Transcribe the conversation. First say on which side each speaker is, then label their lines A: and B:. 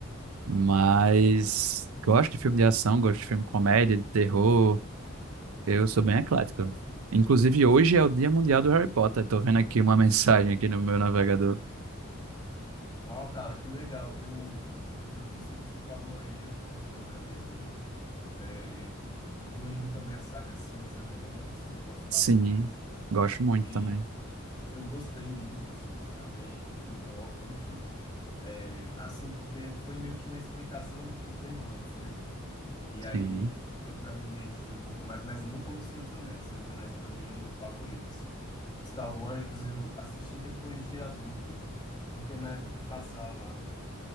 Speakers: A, on the right; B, on the left.
A: Mas gosto de filme de ação, gosto de filme de comédia, de terror. Eu sou bem eclético. Inclusive, hoje é o Dia Mundial do Harry Potter. Tô vendo aqui uma <laughs> mensagem aqui no meu navegador.
B: Ó, cara, que legal. Eu, do- dos que você falou aí, eu gosto da maioria também. É, incluindo também a saga Senhor dos Anéis, eu gosto
A: Sim,
B: bastante.
A: gosto muito
B: E
A: também.
B: eu gostei muito dos filmes também do Hobbit, é, assim, porque foi meio que uma explicação do que veio antes, né? E aí
A: Sim.
B: deu para me imergir um pouco mais, mas não como Senhor dos Anéis. Senhor dos Anéis para mim é o meu favorito, sim. Star Wars eu assisti depois de adulto, porque na época que passava